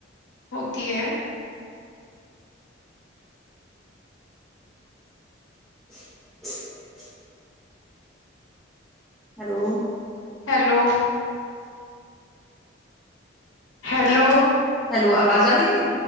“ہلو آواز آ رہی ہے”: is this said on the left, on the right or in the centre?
Centre